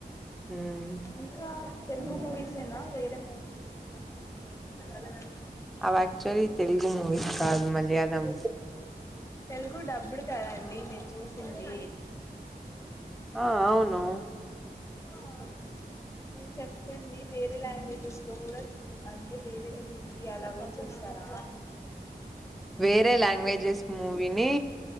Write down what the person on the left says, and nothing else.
ఇంకా తెలుగు మూవీసేనా వేరే మూవీ వేరే లాంగ్వేజ్ లో ఏమైనా వెళ్లలేదా
తెలుగు డబ్బుడ్ కదండి మీరు చూసింది.
హా నేను చెప్తుంది. వేరే లాంగ్వేజెస్ లో కూడా చూ అంటే వేరే హిందీ అలా గూడా చూస్తారా అని